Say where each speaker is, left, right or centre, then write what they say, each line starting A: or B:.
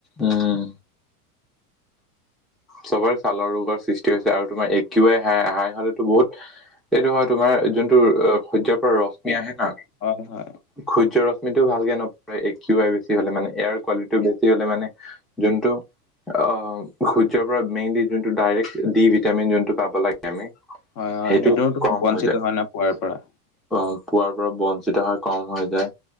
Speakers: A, in the centre; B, on the left.
A: উম। চবৰে ছালৰ ৰোগৰ সৃষ্টি হৈছে আৰু তোমাৰ এ কিউ আই হাহ হাই হ'লে বহুত এইটো হয় তোমাৰ যোনটো সূৰ্যৰ পৰা ৰশ্মি আহে না
B: হয় হয়
A: সূৰ্য ৰশ্মিটো ভালকে নপৰে এ কিউ আই বেছি হ'লে মানে। এয়াৰ কোৱালিটি বেছি হ'লে মানে যোনটো অহ সূৰ্যৰ পৰা মেইনলি যোনটো ডাইৰেক্ট ডি ভিটামিন যোনটো পাব লা গে আমি
B: হয় হয়
A: সেইটো
B: সেইটোতো
A: কম
B: বঞ্চিত
A: হৈ যায়।
B: হয় ন পোৱাৰ পৰা।
A: অ পোৱাৰ পৰা বঞ্চিত হয় কম হৈ যায়।